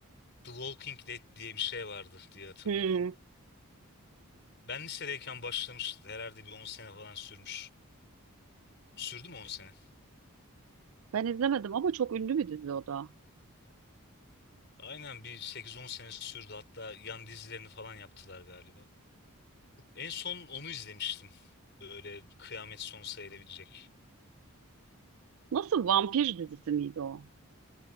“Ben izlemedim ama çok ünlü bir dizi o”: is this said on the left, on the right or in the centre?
Right